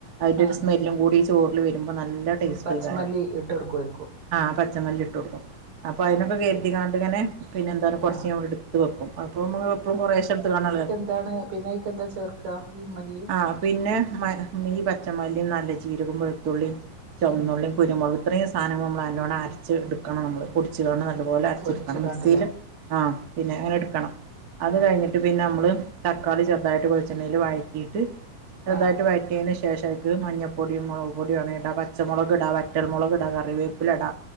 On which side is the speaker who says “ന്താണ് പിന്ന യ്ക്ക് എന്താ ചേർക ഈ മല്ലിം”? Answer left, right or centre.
Right